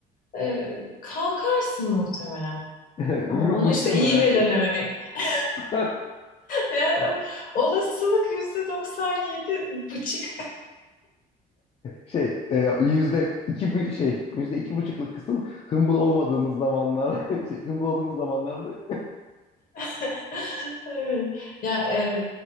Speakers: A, on the left (about 55°); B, on the left (about 35°).
A: e, kalkarsın muhtemelen.
B: <laughs>
A: O- Onu
B: Mu- Muhtemelen.
A: işte iyi belirlemek. <laughs>
B: <laughs>
A: Yani olasılık yüzde doksan yedi buçuk
B: Şey, e, yüzde iki bu- şey, yüzde iki buçukluk kısım humble olmadığımız zamanlar, <laughs> şey, humble olduğumuz zamanlardı.
A: <laughs> Evet. Ya e,